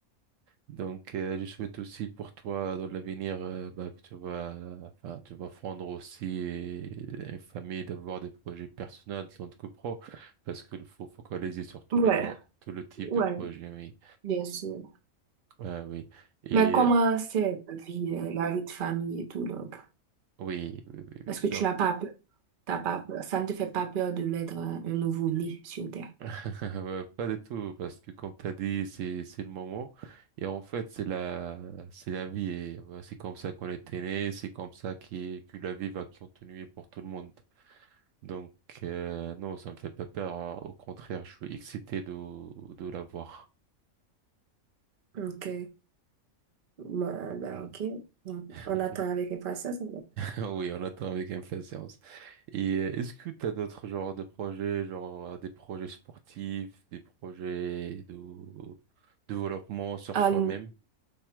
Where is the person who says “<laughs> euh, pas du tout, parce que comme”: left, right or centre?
Right